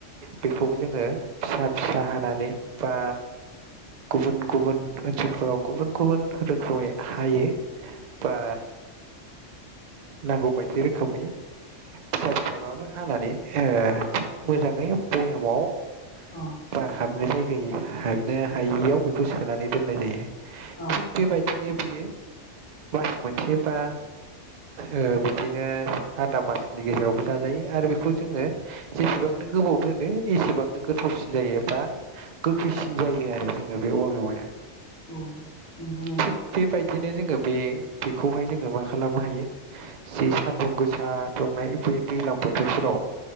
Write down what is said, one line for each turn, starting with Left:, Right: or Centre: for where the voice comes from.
Right: बेखौबो जोङो फिसा फिसा हानानै बा। गुबुन गुबुन ओनसोलफोराव गुबुन गुबुन रोखोमै हायो बा नांगौ बायदि रोखोमनि फिसा फिसाबाबो हानानै ओ मोजाङै भयामाव
Left: औ
Right: बार हाबनो जायगाय हाबनो हायियाव बेखौ सोनानै दोननाय जायो
Left: औ औ
Right: बेबायदिनो बियो मास मोनसे बा ओ बिदि नो आदा मासनि गेजेरावबो जाजायो आरो बेखौ जोङो जेसेबांनो गोबाव दोनो एसेबांनो गोथावसिन जायो बा। गोख्रैसिन जायो आरो जोंना बे औवा मेवाया।
Left: औ नोंगौ नोंगौ
Right: थिग बेबायदिनो जोङो बे बेखौहाय जोङो मा खालामनो हायो जि सानदुं गोसा दुंनाय बे दैज्लां बोथोरफोराव।